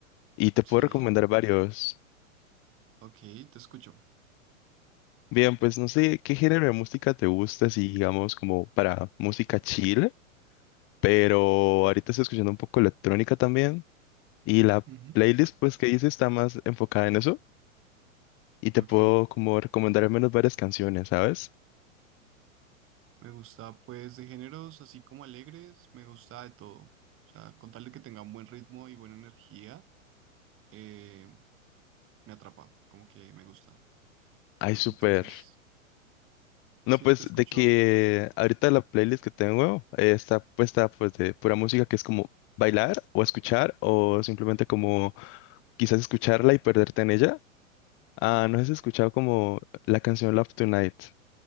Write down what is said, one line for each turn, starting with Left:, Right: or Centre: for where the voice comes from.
Left: y te puedo
Right: Sí,
Left: recomendar varios.
Right: ok, te escucho.
Left: Bien, pues no sé qué género de música te gusta, si digamos como para música chill, pero ahorita estoy escuchando un poco electrónica también, y la
Right: Ujú,
Left: playlist pues que hice está más enfocada en eso, y te
Right: Ok,
Left: puedo como recomendar al menos varias canciones, ¿sabes?
Right: me gusta pues de géneros así como alegres, me gusta de todo. O sea, con tal de que tenga un buen ritmo y buena energía, eh, me atrapa, como que me gusta.
Left: Ay, súper.
Right: Entonces,
Left: No,
Right: sí,
Left: pues
Right: te escucho.
Left: de que ahorita la playlist que tengo eh, está puesta pues de pura música que es como bailar o escuchar o simplemente como quizás escucharla y perderte en ella. Ah, no sé si has escuchado como la canción Love Tonight.